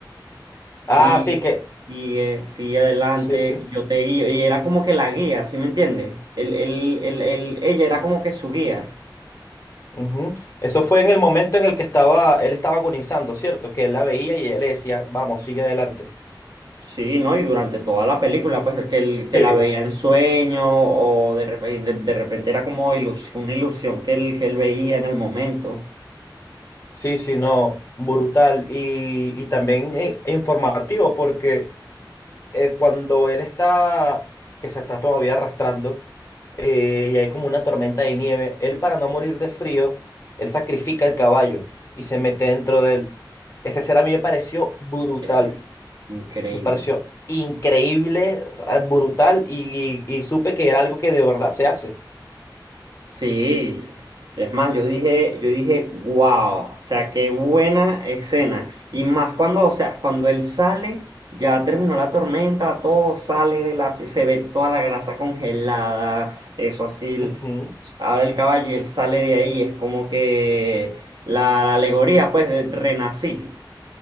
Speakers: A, on the right; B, on the left.
A: Sigue,
B: Ah, sí, que...
A: sigue, sigue adelante,
B: Sí, sí.
A: yo te guío, y era como que la guía, ¿sí me entiendes? Él- él- él- él- ella era como que su guía.
B: Ujú. Eso fue en el momento en el que estaba, él estaba agonizando, ¿cierto? Que él la veía y ella le decía, vamos, sigue adelante.
A: Sí, ¿no? Y durante toda la película, pues que, él- que
B: Sí.
A: la veía en sueño o de repente, de, de repente era como ilusión, una ilusión que él, que él veía en el momento.
B: Sí, sí, no, brutal y, y también eh, informativo porque eh, cuando él está, que se está todavía arrastrando eh, y hay como una tormenta de nieve, él para no morir de frío, él sacrifica el caballo y se mete dentro de él. Esa escena a mí me pareció brutal,
A: Increíble, increíble.
B: me pareció increíble, o sea, brutal y, y- y supe que era algo que de verdad se hace.
A: Sí, es más, yo dije, yo dije, wow, o sea, qué buena escena. Y más cuando, o sea, cuando él sale, ya terminó la tormenta, todo sale de la, se ve toda la grasa congelada, eso así.
B: Ujú.
A: Ahora el caballo y él sale de ahí, es como que la alegoría, pues, de renací.